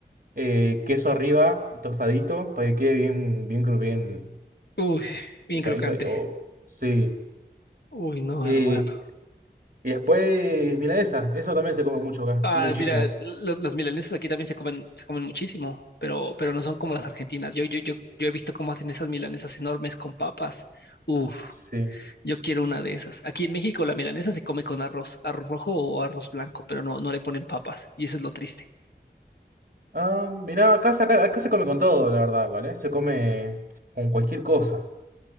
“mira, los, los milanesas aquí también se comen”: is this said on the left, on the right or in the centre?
Left